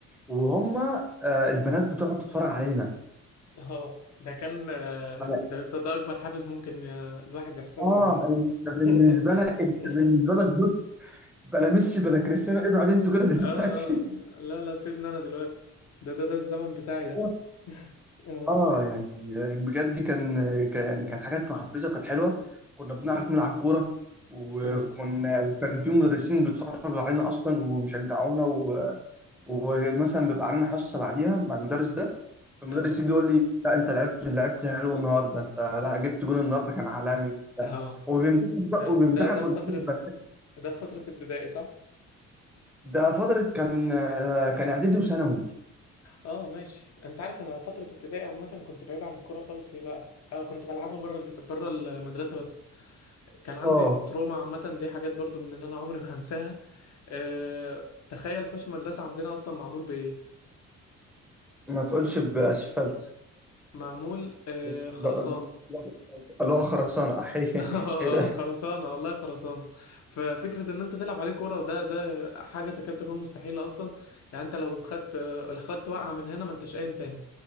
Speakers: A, in the centre; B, on the left.
A: وهم آه البنات بتقعد تتفرج علينا
B: اه ده كان آه،
A: فأنا-
B: ده, ده, ده أكبر حافز ممكن آه، الواحد يحصل
A: اه
B: له عامة
A: انت
B: <laughs>
A: بالنسبه لك انت
B: اه
A: بالنسبه لك بص بلا ميسي بلا كريستيانو ابعد انتوا كده دلوقتي
B: اه لا لا سيبني أنا دلوقتي ده ده ده الزمن بتاعي
A: <laughs>
B: ده <laughs> اه
A: اه يعني بجد كان كان- يعني كانت حاجات محفزه وكانت حلوه كنا بنعرف نلعب كوره وكنا
B: اه
A: وكان في مدرسين بيتفرجوا علينا اصلا وبيشجعونا و... ومثلا بيبقى عندنا حصه بعديها مع المدرس ده المدرس
B: اه
A: يجي يقول لي لا انت لعبت لعبت حلو النهارده انت لا جبت جون النهارده كان عالمي وبتاع.
B: اه
A: وبيمدحك بقى
B: ده
A: وبيمدحك
B: ده ده
A: قدام
B: فترة
A: البنات
B: ده فترة ابتدائي صح؟
A: ده فتره كان كان اعدادي وثانوي
B: اه ماشي انت عارف انا فترة ابتدائي عامة كنت بعيد عن الكورة خالص ليه بقى اه كنت بلعبها بره ال- بره المدرسة بس كان عندي
A: اه
B: تروما عامة دي حاجات برضو من اللي انا عمري <laughs> ما هنساها اه تخيل حوش المدرسة عندنا اصلا معمول بايه
A: ما تقولش باسفلت
B: معمول اه
A: لا-
B: خرسانة
A: لا- لا- اللي هو خرسانه <laughs> احيه
B: <laughs> آه،
A: ايه ده
B: خرسانة والله خرسانة ففكرة ان انت تلعب عليه كورة ده ده حاجة تكاد تكون مستحيلة اصلا يعني انت لو خدت لو خدت وقعة من هنا ما انتش قايم تاني